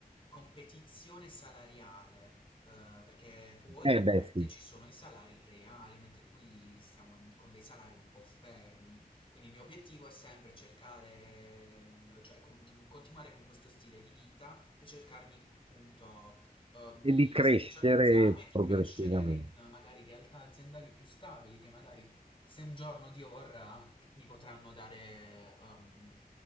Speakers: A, on the left; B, on the right.
A: competizione salariale. eh, perché fuori
B: Eh
A: ovviamente
B: beh, sì.
A: ci sono i salari reali, mentre qui stiamo con dei salari un po' fermi. Quindi il mio obiettivo è sempre cercare, ehm, cioè continu- continuare con questo stile di vita musica e cercarmi appunto eh, di
B: E di crescere
A: specializzarmi e
B: progressivamente.
A: di crescere in magari realtà aziendali più stabili che magari se un giorno Dio vorrà mi potranno dare ehm,